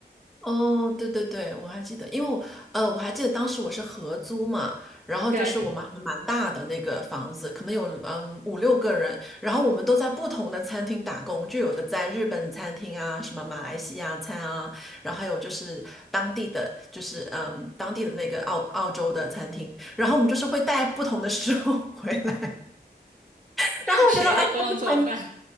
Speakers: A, in the centre; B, on the right.
A: 哦，对对对，我还记得，因为我呃，我还记得当时我是合租嘛，然后就是我们还蛮大的那个房子，
B: 对，
A: 可能有嗯五六个人，然后我们都在不同的餐厅打工，就有的在日本餐厅啊，什么马来西亚餐啊，然后还有就是当地的就是嗯当地的那个澳澳洲的餐厅，然后我们就是会带不同的食物 <laughs> 回来，<laughs>
B: <laughs>
A: 然后我觉得哎呀，
B: 谁都不用做饭，
A: 是很。